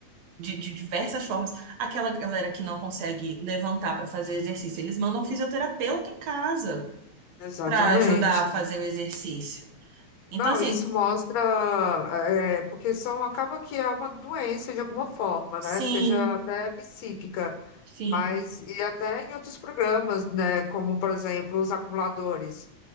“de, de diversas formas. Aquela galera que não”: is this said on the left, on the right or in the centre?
Right